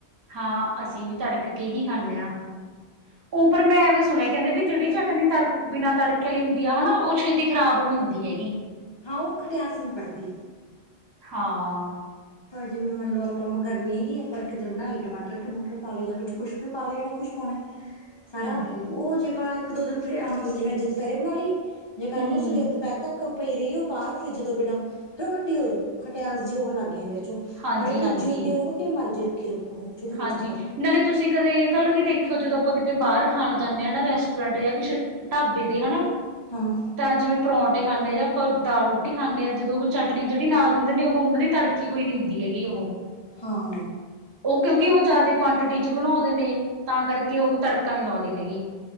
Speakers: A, on the right; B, on the left.
A: ਹਾਂ ਅਸੀਂ ਵੀ ਤੜਕ ਕੇ ਹੀ ਖਾ ਲਿਆ ਉਪਰ ਮੈਂ ਐਵੇਂ, ਸੁਣਿਆ ਕਹਿੰਦੇ ਵੀ ਜਿਹੜੀ ਚਟਨੀ ਤੜਕ ਬਿਨਾਂ ਤੜਕੇ ਲਈ ਹੁੰਦੀ ਆ ਹਨਾ ਉਹ ਛੇਤੀ ਖਰਾਬ ਬਣੀ ਹੁੰਦੀ ਹੈਗੀ।
B: ਹਾਂ ਉਹ ਖਟਿਆਸ ਨਹੀਂ ਪੜ੍ਹਦੀ,
A: ਹਾਂ,
B: ਜਿਵੇਂ ਮੰਨਲਬ ਆਪਾਂ ਹੁਣ ਗਰਮੀ ਹੈਗੀ, ਆਪਾਂ ਇੱਕ ਦਿਨ ਬਣਾ ਲਈਏ ਟਮਾਟਰ ਟਮੂਟਰ ਪੇ ਜਾਂ ਵਿੱਚ ਕੁੱਛ ਵੀ, ਪਾਲਿਆ ਜਿਹੜਾ ਕੁਛ ਪਾਣਾ ਹੈ। ਸਾਰਾ,
A: ਹੂੰ ਹੂੰ।
B: ਉਹ ਜੇ ਆਪਾਂ ਇੱਕ ਦੋ ਦਿਨ ਫੇਰ, ਮਤਲਬ ਜਿ ਮੈਂ ਅਜ ਦੁਪਹਿਰੇ ਬਣਾ ਲਈ। ਜੇ ਕੱਲ੍ਹ
A: ਹੂੰ
B: ਨੂੰ ਸਵੇਰ ਦੁਪਹਿਰ ਤੱਕ ਪਈ ਰਹੀ ਉਹ ਬਾਹਰ, ਫਰਿੱਜ ਤੋਂ ਬਿਨਾ, ਫੇਰ ਉਹ ਖੱਟੀ ਹੋ ਜਾਊ, ਖਟਿਆਸ ਜ ਹੋਣ ਲੱਗ ਜਾਂਦੀ ਹੈ ਚੋਂ,
A: ਹਾਂਜੀ
B: ਪਰ ਜਿਹੜੀ ਦੂਜੀ
A: ਹਾਂਜੀ।
B: ਹੁੰਦੀ ਆ, ਉਹਨੂੰ ਮਰਜ਼ੀ ਰੱਖੀ ਰੱਖੋ ਚ ਨੀ ਕੋਈ
A: ਹਾਂਜੀ
B: ਚੱਕਰ
A: ਨਾਲੇ ਤੁਸੀਂ ਕਦੇ ਕੱਲ੍ਹ ਏ ਵੀ ਦੇਖਿਓ, ਜਦੋਂ ਆਪਾਂ ਕਿਤੇ ਬਾਹਰ ਖਾਣ ਜਾਂਦੇ ਹਾਂ ਨਾ, ਰੈਸਟੋਰੈਂਟ ਜਾਂ ਕਿਛ ਢਾਬੇ ਤੇ, ਦੀ ਹੈਨਾ
B: ਹਾਂ
A: ਤਾਂ ਜਿਵੇਂ ਪਰੌਂਠੇ ਖਾਂਦੇ ਆ, ਜਾਂ ਦਾਲ ਰੋਟੀ ਖਾਂਦੇ ਆ, ਜਦੋਂ ਉਹ ਚਟਨੀ ਜਿਹੜੀ ਨਾਲ ਰਹਿੰਦੇ ਨੇ, ਉਹਨਾਂ ਦੀ ਤੜਕੇ ਕਿਹੋ ਹੋਈ ਨੀ ਹੁੰਦੀ ਹੈਗੀ, ਉਹ
B: ਹਾਂ
A: ਉਹ ਕਿਉਂਕਿ ਉਹ ਜ਼ਿਆਦਾ ਕੁਆਂਟਿਟੀ ਚ ਬਣਾਉਦੇ ਨੇ, ਤਾਂ ਕਰਕੇ ਉਹ, ਤੜਕਾ ਨਹੀ ਲਾਉਂਦੇ ਹੈਗੇ